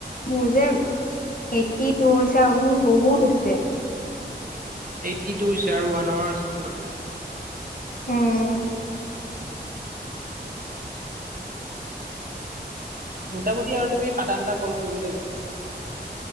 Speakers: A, on the left; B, on the right.
A: মোৰ যে এইটটি টু হৈছে আৰু বহুত আছে।
B: এইটি টু হৈছে, আৰু ওৱান আৱাৰ আছে তোমাৰ।
A: উম।
B: মোটামুটি আৰু তুমি সাত-আঠটা কল কৰিব লাগিব।